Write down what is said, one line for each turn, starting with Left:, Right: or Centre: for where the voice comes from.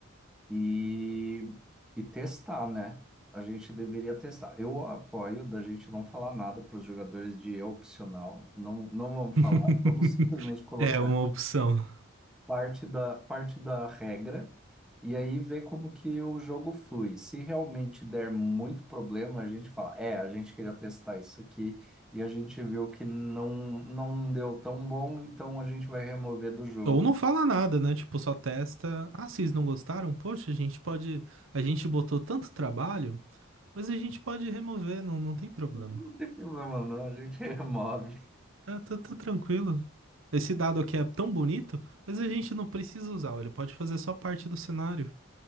Centre: e, e testar, né? A gente deveria testar. Eu apoio da gente não falar nada para os jogadores de é opcional, não, não vamos
Right: <laughs>
Centre: falar, vamos simplesmente colocar
Right: É uma opção.
Centre: parte da, parte da regra e aí ver como que o jogo flui. Se realmente der muito problema, a gente fala, é, a gente queria testar isso aqui e a gente viu que não, não deu tão bom, então a gente vai remover do jogo.
Right: Ou não fala nada, né? Tipo, só testa. Ah, vocês não gostaram? Poxa, a gente pode. A gente botou tanto trabalho, mas a gente pode remover, não, não tem problema.
Centre: Não tem problema não, a gente <laughs> remove.
Right: Tá, tá, tá tranquilo. Esse dado aqui é tão bonito, mas a gente não precisa usar, ele pode fazer só parte do cenário.